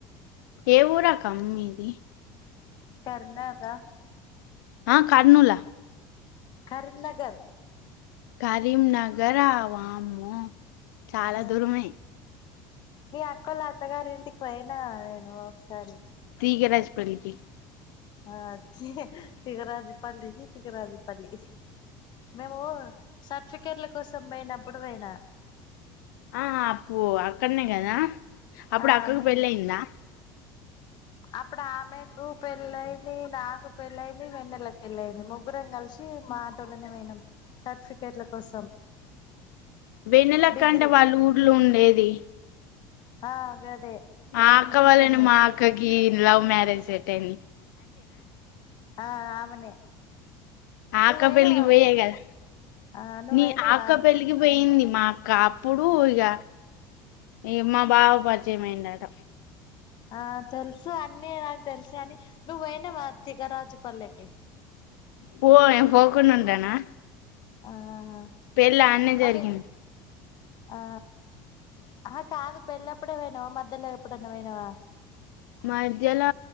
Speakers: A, on the left; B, on the left.
A: ఏఊరక్క మీది
B: కర్నాస
A: ఆ కర్నూల
B: కరీంనగర్
A: కరీంనగరా వామ్మో చాలా
B: ఆ
A: దూరమే
B: మీ అక్కలు అత్తగారి ఇంటికి పోయినా నేను ఒకసారి
A: ఈగరాజపల్కి
B: అ తిగరాజపలికి తికరాజుపల్లి మేము సర్టిఫికెట్ల కోసం పోయినప్పుడు పోయినా
A: ఆ అప్పు అక్కడనే కదా అప్పుడు
B: ఆ
A: అక్కకు
B: మీ
A: పెళ్ళి అయిందా
B: అప్పుడే ఆమె కూ పెళ్లయి నాకు పెళ్ళయింది వెన్నెలకి వెళ్ళయింది ముగ్గురం కలిసి మాటోలనే పోనాం సర్టిఫికేట్ల కోసం
A: వెన్నలక్కంటే
B: డిగ్రీ
A: వాళ్ళు ఊర్లో ఉండేది
B: ఆ గదే
A: మా
B: వాళ్ళ
A: అక్క
B: ఇంటెనకన్నే
A: వాళ్ళని మా అక్కకి లవ్ మ్యారేజ్ టెన్ని
B: ఆ ఆ ఆమెనే
A: ఆక్క
B: నువ్వయినవా
A: పెళ్ళికి బొయ్యే కదా
B: ఆ నువ్వయినవా
A: నీ అక్క పెళ్ళికి పోయింది మా అక్ కా అప్పుడు ఇగ ఈ మా బావ పరిచయం అయిండట
B: ఆ తెల్సు అన్ని నాకు తెల్సు గని నువు పోయినవా తి గ రాజు పర్లేకి
A: పోయం పోకుండ ఉంటనా
B: ఆహా
A: పెల్లి అన్నే
B: వాళ్ళ
A: జరిగింది
B: ఆ ఆహా కాదు పెళ్ళప్పుడే పోయినావా మధ్యల ఎప్పుడన్నా పోయినావా
A: మాధ్యలో